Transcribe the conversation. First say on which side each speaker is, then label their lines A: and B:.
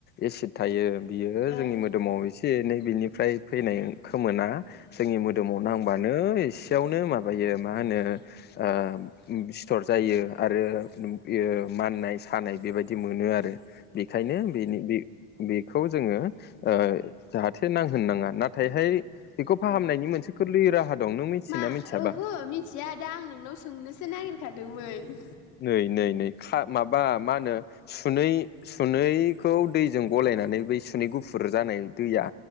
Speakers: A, on the left (about 30°); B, on the left (about 60°).
A: एसिड थायो बियो
B: औ
A: जोंनि
B: औ
A: मोदोमाव एसे एनै बिनिफ्राय फैनाय खोमोना जोंनि मोदोमाव नांबा नो एसेयावनो माबायो मा होनो ओ <unintelligible> थ'र जायो आरो इयो माननाय सानाय बेबायदि मोनो आरो बेखायनो बेनि बे-बेखौ जोङो ओ जाहाथे नां होननाङा नाथायहाय बेखौ फाहामनायनि
B: ओ
A: मोनसे गोरलै राहा दं नों मिथियोना
B: मा
A: मिथियाबा
B: ओहो मिथिया दा आं नोंनाव सोंनोसो नागिरखादोंमोन
A: नै नै नै खा माबा मा होनो सुनै सुनैखौ दैजों गलाय नानै बे सुनै गुफुर जानाय दैया